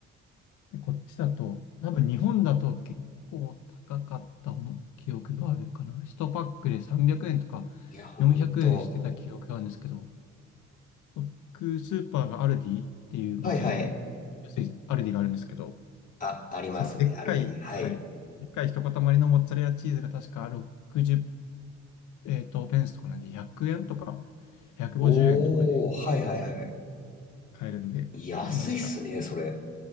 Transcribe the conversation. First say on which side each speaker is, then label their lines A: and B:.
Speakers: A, on the left; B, on the left.
A: で、こっちだと、多分日本だと結構高かった思記憶があるかな。1パックで300円とか400円してた記憶があるんですけど、
B: いや、ほんと。
A: 僕、スーパーがアルディっていう、
B: はいはい。
A: まあその、安いアルディがあるんですけど、
B: あ、ありますね。
A: そのでっかい、
B: アルビに。はい。
A: はい、でっかい一塊のモッツァレラチーズが確か60、えーと、ペンスとかなんで100円とか150円とかで
B: おー、はいはいはいは
A: 買えるんで、
B: い。安いっすね、
A: あなんか
B: それ。